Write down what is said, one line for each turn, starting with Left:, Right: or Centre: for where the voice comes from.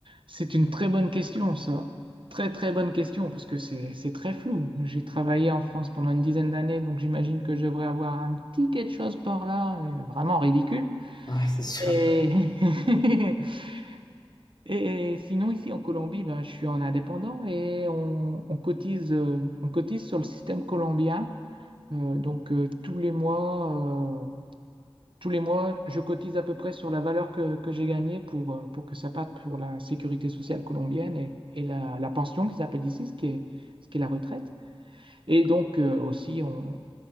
Right: C'est une très bonne question, ça. Très, très bonne question, parce que c'est, c'est très flou. J'ai travaillé en France pendant une dizaine d'années, donc j'imagine que je devrais avoir un petit quelque chose par là, euh, vraiment ridicule.
Left: Ouais, c'est sûr.
Right: Et, <laughs> et sinon, ici en Colombie, bah, je suis en indépendant et on, on cotise, euh, on cotise sur le système colombien. Euh, donc, euh, tous les mois, euh, tous les mois, je cotise à peu près sur la valeur que, que j'ai gagnée pour, euh, pour que ça parte pour la sécurité sociale colombienne et, et la, la pension qu'ils appellent ici, ce qui est, ce qui est la retraite. Et donc euh, aussi, on,